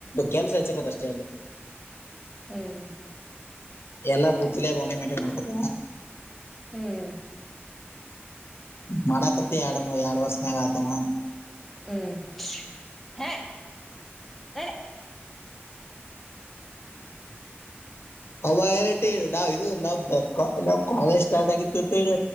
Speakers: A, on the left; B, in the centre.
A: ಕೆಲ್ಸ ಹೆಚ್ಚಕತ್ ಅಷ್ಟೇ ಅಲ್ಲಿ
B: ಹ್ಮ್
A: ಎಲ್ಲಾ ಪೂರ್ತಿಲ್ಲೇ ಬೆ ಮೈಂಟೈನ್ ಮಾಡ್ಕೊತ
B: ಹ್ಮ್
A: ಮಡ ಕತ್ತ ಇಡು ಎರಡು ವರ್ಷಮಗತವಾ
B: ಹ್ಮ್ ಹ ನಾನೆ ಹ್ಮ್
A: ಅವ ಎಟಾವ್ ಇದು ನಾವ್ ನಾವ್ ಕಾಲೇಜ್ ಸ್ಟಾರ್ಟ್ ಆಗಿತ್ತು ಗೊತ್ತೇಳಿ